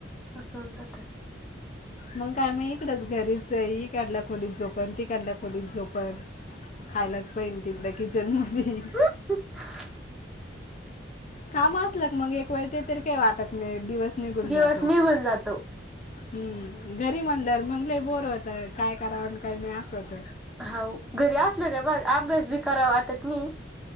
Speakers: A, in the centre; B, on the left.
A: अस होऊन जात.
B: मग काय मी इकडच घरीच ही इकडल्या खोलीत झोपल. तिकडल्या खोलीत झोपल. खायलाच पाहिजे. तितल्या किचन मध्ये
A: <unintelligible>
B: काम असल मग एक वेळ ते तरी काही वाटत नाही दिवस निघून
A: दिवस
B: जातो.
A: निघून जातो.
B: हम्म. घरी म्हणलं मग लई बोर होत. काय कराव, काही नाही अस होत.
A: हो. घरी असलं रे अभ्यास भी करावा वाटत नाही.